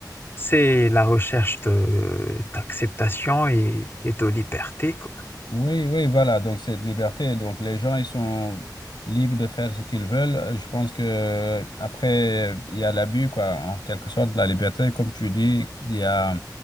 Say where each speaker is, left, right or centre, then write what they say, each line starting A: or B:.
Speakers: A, on the left; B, on the left.
A: c'est la recherche de, d'acceptation et, et de liberté, quoi.
B: Oui, oui, voilà. Donc, cette liberté. Donc, les gens, ils sont libres de faire ce qu'ils veulent. Euh, Je pense que euh, après, il y a l'abus, quoi, en quelque sorte, de la liberté. Comme tu dis, il y a,